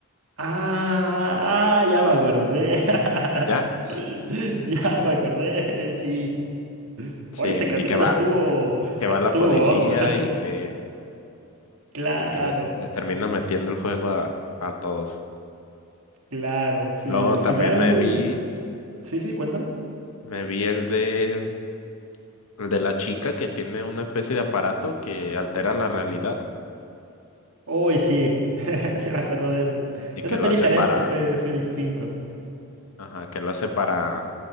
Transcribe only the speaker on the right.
Ah, ah, ya me acordé. <laughs>
Ya me acordé, sí.
Oye, ese capítulo
estuvo,
estuvo.
<laughs>
Claro,
claro, sí.
Al final,
sí, sí, cuéntame.
Uy, sí, <laughs> sí me acuerdo de eso.
Eso
fue
diferente,
fue, fue distinto.